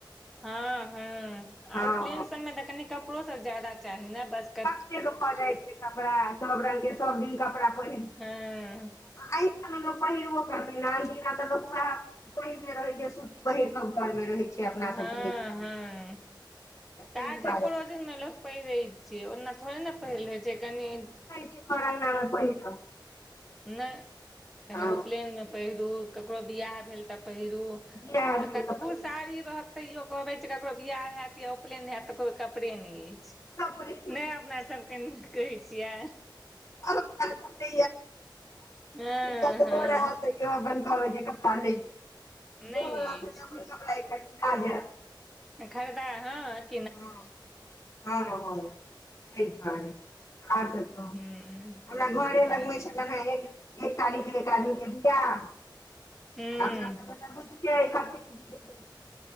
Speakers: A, in the centre; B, on the left (about 35°).
A: हँ हँ
B: हँ
A: आ उपलेन सब मे तऽ कनि कपड़ो सब ज्यादा चाही ने बस
B: कतेक भऽ जाइ छै कपड़ा सब रंग के सब दिन कपड़ा पहिर
A: हँ।
B: आ एहि सबमे लोक पहिरबो करतै ना अनदिना तऽ लोक वएह पहिरने रहे छै सूती पहिर क घर में रहै छै। अपना
A: हँ
B: सबके मिथिलामे
A: हँ
B: तऽ ताहि
A: काजे
B: दुआरे
A: परोजन मे लोक पैहरै छै ओना थोड़े ना पहिरलै छै कनी
B: की घर अंगना मे पहिरब
A: नय कनि
B: हँ
A: उपनयन मे पहिरू ककरो बियाह भेल तऽ पहिरू।
B: बियाह भेल
A: आ कतबु
B: तऽ पहिर
A: साड़ी रहत तैयो कहबे जे केकरो बियाह हयत या उपनयन हयत त कहबै कपड़े नै अइ।
B: कपड़े
A: नय अपना सब के कहै छियै।
B: <unintelligible>
A: हँ
B: ई कतबों
A: हँ
B: रहत तैयो अपन कहबै जे कपड़ा नैया अइ, जे
A: नहि
B: ओहो लाथे
A: अछि
B: तऽ अपन कपड़ा एकटा कीना जैत।
A: खरीदै हॅं
B: हॅं हँ ह तय दुआरे आर सब ठीक
A: हूँ
B: हमरा घरे
A: वाह
B: लग मे छै। एखन रहे एक एकतारीख एक आदमी के बिआह अपना
A: हूँ
B: सब के त बुझ छीयै कतेक विध होई